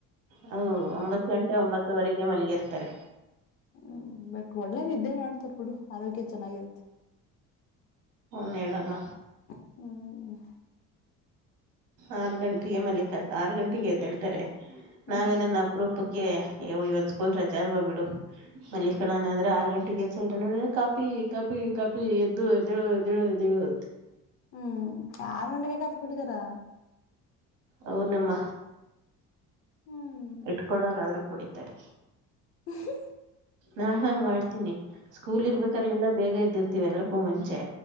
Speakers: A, on the right; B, on the left.
A: ಹ ಒಂಬತ್ತು ಗಂಟೆ ಒಂಬತ್ತುವರೆಗೆ ಮಲಗಿರ್ತಾರೆ
B: ಹ್ಮ್ ಬಟ್ ಒಳ್ಳೆ ನಿದ್ದೆ ಮಾಡ್ತಾರ್ ಬಿಡು ಆರೋಗ್ಯ ಚೆನ್ನಾಗಿರುತ್ತೆ
A: ಹನ್ ಹೇಳಮ್ಮ
B: ಹ್ಮ್
A: ಆರು ಗಂಟೆಗೆ ಮಲಿಕ ಆರು ಗಂಟೆಗೆ ಎದ್ದೇಳ್ತಾರೆ
B: ಹ್ಮ್
A: ನಾವೇನನ್ನ ಅಪೂರುಪಕ ಅ ಇವತ್ ಸ್ಕೂಲ್ ರಜಾ ಅಲ್ವಾ ಬಿಡು ಮಲ್ಲಿಕಣನ ಅಂದ್ರೆ ಆರು ಗಂಟೆಗೆ ಎದ್ದು ಕಾಫಿ ಕಾಫಿ ಕಾಪಿ ಎದ್ದು ಎದ್ದೆಳು ಎದ್ದೆಳು ಎದ್ದೇಳು ಅಂತ
B: ಹ್ಮ್ ಆರ್ ಗಂಟೆಗೆ ಕಾಫಿ ಕುಡಿದಾರಾ
A: ಅವರು ನಿಮ್ಮ
B: ಹ್ಮ್
A: ಇಟ್ಕೊಂಡವರು ಆದ್ರ ಕುಡಿತಾರೆ
B: ಹ್ಮ
A: ನಾನ್ ಹಂಗ ಮಾಡ್ತೀನಿ ಸ್ಕೂಲ್
B: ಹ್ಮ್
A: ಇರ್ಬೇಕ್ರೆಲ್ಲ ಬೇಗ ಘದ್ದಿರ್ತಿವಿ ಅಲ್ರಕ್ಕೂ ಮುಂಚೆ